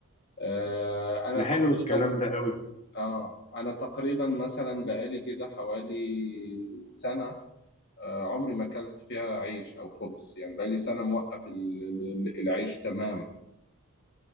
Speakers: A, on the left; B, on the left.
A: آه انا
B: ده
A: تقريبا
B: حلو الكلام ده قوي
A: اه انا تقريبا مثلا بقالي كده حوالي سنه آه عمري ما اكلت فيها عيش او خبز يعني بقالي سنه موقف ال- ال- العيش تماما